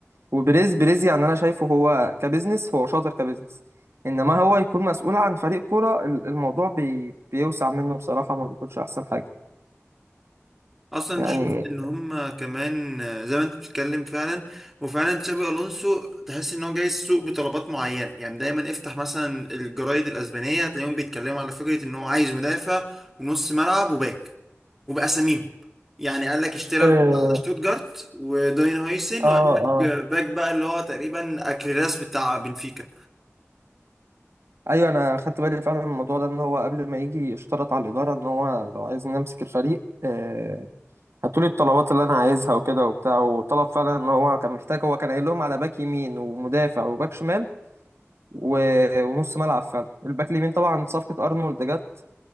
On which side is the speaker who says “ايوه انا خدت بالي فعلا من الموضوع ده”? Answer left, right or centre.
Right